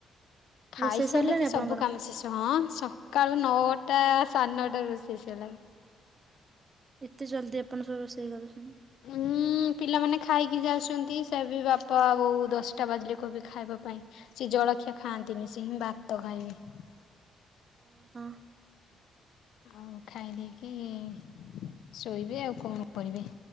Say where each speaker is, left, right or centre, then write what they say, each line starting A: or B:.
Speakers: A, on the left; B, on the right.
A: ଖାଇସାରିଲେ
B: ରୋଷେଇ ସରିଲାଣି
A: ତ
B: ଆପଣଙ୍କର
A: ସବୁ କାମ ଶେଷ ହଁ ସକାଳୁ ନଅ ଟା ସା ନଅଟାରୁ ରୋଷେଇ ସରିଲାଣି।
B: ଏତେ ଜଲ୍ଦି ଆପଣ ଙ୍କ ରୋଷେଇ କରୁଛନ୍ତି।
A: ହୁଁ। ପିଲାମାନେ ଖାଇକି ଯାଉଛନ୍ତି ସେ ବି ବାପା ବୋଉ ଦଶଟା ବାଜିଲେ କହିବେ ଖାଇବା ପାଇଁ। ସିଏ ଜଳଖିଆ ଖାଆନ୍ତିନି ସେ ହିଁ ଭାତ ଖାଇବେ।
B: ଓହୋ
A: ଆଉ ଖାଇ ଦେଇକି ଶୋଇବେ ଆଉ କଣ କରିବେ।